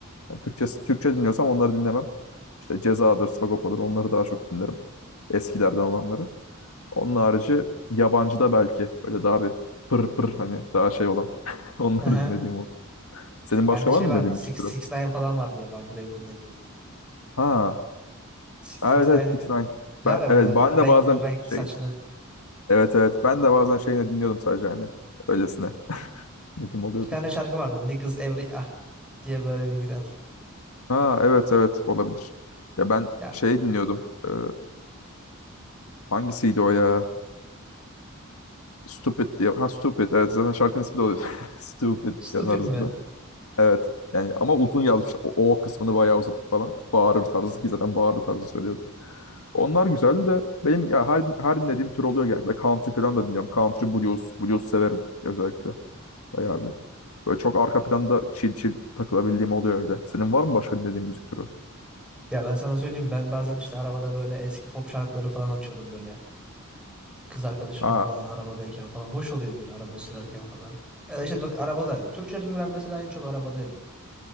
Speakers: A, on the left; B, in the centre.
A: Yani Türkçe, Türkçe dinliyorsam onları dinlemem. İşte Ceza'dır, Sagopa'dır onları daha çok dinlerim. Eskilerden olanları. Onun harici yabancı da belki böyle daha bir pır pır hani daha şey olan <laughs> onları
B: Aha.
A: dinlediğim oldu. Senin başka
B: Bende şey
A: var mı
B: vardı.
A: dinlediğin
B: Six,
A: bir
B: Six
A: türü?
B: Nine falan vardı yabancı benim dinlediğim.
A: Ha
B: Six
A: Evet evet
B: Nine'ı
A: 6 ix
B: bir- var
A: Ben,
B: ya böyle
A: evet ben de
B: renkli
A: bazen
B: renkli
A: şey
B: saçlı.
A: evet evet ben de bazen şeyini dinliyordum sadece hani öylesine dinlediğim oluyordu.
B: Bir tane şarkı vardı. Niggas Every Ah diye böyle bir giren.
A: Ha evet evet olabilir. Ya ben
B: Ya
A: şey dinliyordum. e, hangisiydi o ya? Stupid diye. Ha Stupid evet zaten şarkının ismi de oluyor. <laughs> Stupid
B: stupid
A: tarzında.
B: mi?
A: Evet. Yani ama uzun yazmış. O, o kısmını bayağı uzatıp falan. Bağırır tarzı ki zaten bağırır tarzı söylüyordu. Onlar güzel de benim ya her her dinlediğim tür oluyor genellikle. Country falan da dinliyorum. Country blues, blues severim özellikle. Bayağı bir. Böyle çok arka planda chill chill takılabildiğim oluyor öyle. Senin var mı başka dinlediğin müzik türü?
B: Ya ben sana söyleyeyim ben bazen işte arabada böyle eski pop şarkıları falan açıyorum böyle. Kız arkadaşımla
A: Ha.
B: falan arabadayken falan. Hoş oluyor böyle araba sürerken falan. Ya da işte bak arabada. Türkçe rapi ben mesela en çok arabada dinliyorum.